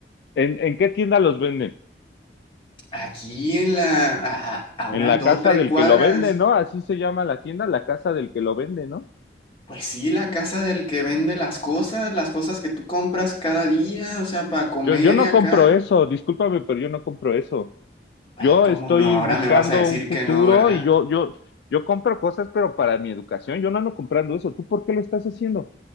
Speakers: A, on the left (about 70°); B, on the left (about 30°).
A: ¿en, en qué tienda los venden?
B: Aquí en la, a, a unas
A: en la
B: dos,
A: casa
B: tres
A: del
B: cuadras,
A: que lo vende, ¿no? Así se llama la tienda, la casa del que lo vende, ¿no?
B: pues sí, la casa del que vende las cosas, las cosas que tú compras cada día, o sea, para comer
A: Yo, yo no
B: y acá.
A: compro eso, discúlpame, pero yo no compro eso.
B: Ah,
A: Yo
B: ¿cómo
A: estoy
B: no? Ahora
A: buscando
B: me vas a decir
A: un futuro
B: que no, ¿verdad?
A: y yo, yo, yo compro cosas, pero para mi educación, yo no ando comprando eso. ¿Tú por qué lo estás haciendo?